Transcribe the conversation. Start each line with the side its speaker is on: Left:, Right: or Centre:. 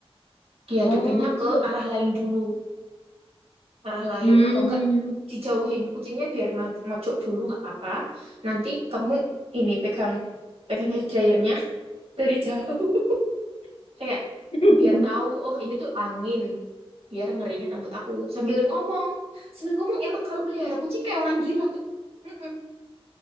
Right: Dihadapinnya
Left: Oh,
Right: ke
Left: gitu.
Right: arah lain dulu. Arah lain
Left: Hmm.
Right: atau enggak dijauhin kucingnya biar mo- mojok dulu nggak apa-apa. Nanti kamu ini pegang pegang hair dryernya <laughs> dari jauh. Kayak
Left: <laughs>
Right: biar tahu oh ini tuh angin, biar ngeringin rambut aku sambil ngomong. Sambil ngomong emang kalau melihara kucing kayak orang gila. Kak?" Mm-mm.